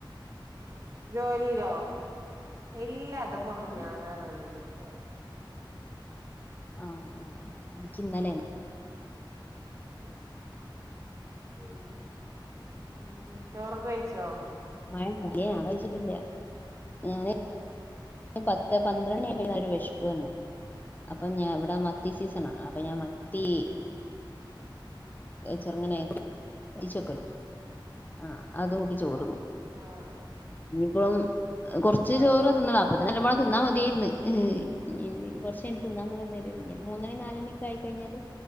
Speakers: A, on the right; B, on the left.
A: ജോലിയിലോ ഇല്ല അത്പ്പം മിഞ്ഞാന്നാണ്
B: ആ
A: ഇതിലിട്ടെ
B: ആ ആ ആ എനിക്ക് ഇന്നലെണ്
A: ഉ ഉ <inaudible> ഉം പിന്നെ ചോറൊക്കെ കഴിച്ചോ
B: മഴണ്ട് ഞാൻ കഴിച്ചിട്ടില്ല ഞാന് പത്ത് പന്ത്രണ്ടണി ആയപ്പോ ഒരു വിശപ്പ് വന്നു അപ്പൊ ഞാൻ ഇവിടെ മത്തി സീസണാണ് അപ്പൊ ഞാൻ മത്തി ചെറങ്ങനെ വറ്റിച്ച് വെക്കോലോ ആ അത് കൂട്ടി ചോറുന്നു
A: ആ ആ
B: അപ്പളും കുറച്ച്
A: ആ
B: ചോറ് തിന്നൊള്ളൂ അപ്പത്തന്നെ എല്ലാം പാടെ തിന്നാ മതിയായിരുന്ന് ഹ് ഹ് ഇ ഇനി കൊറച്ച് തിന്നാന്നുള്ള ഒരു മൂന്നണി നാലണി ഒക്കെ ആയിക്കഴിഞ്ഞാല്